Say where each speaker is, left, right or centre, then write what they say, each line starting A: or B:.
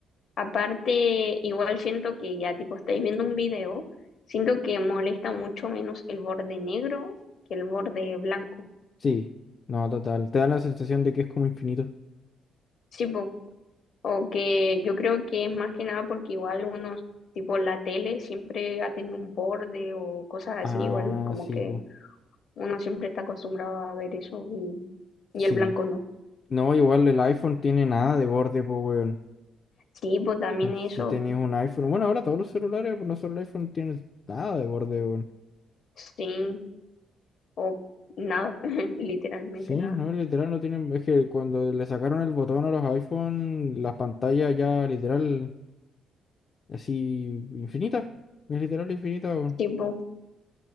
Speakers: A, on the left; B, on the left.
A: Aparte, igual siento que ya tipo estáis viendo un video, siento que molesta mucho menos el borde negro que el borde blanco.
B: Sí, no, total. Te da la sensación de que es como infinito.
A: Sí, po. O que yo creo que es más que nada porque igual unos, tipo la tele siempre ha tenido un borde o cosas así,
B: Ah,
A: igual como
B: sí,
A: que
B: pues.
A: uno siempre está acostumbrado a ver eso y, y
B: Sí.
A: el blanco no.
B: No, igual el iPhone tiene nada de borde, pues, weón.
A: Sí, pues también eso,
B: Si tenés un iPhone. Bueno, ahora todos los celulares, pues no solo el iPhone, tienen nada de borde, weón.
A: sí, o nada, <laughs> literalmente
B: Sí,
A: nada.
B: no, literal no tienen. Es que cuando le sacaron el botón a los iPhone, las pantallas ya literal. Así, infinita. Es literal infinita, weón.
A: Sí, po.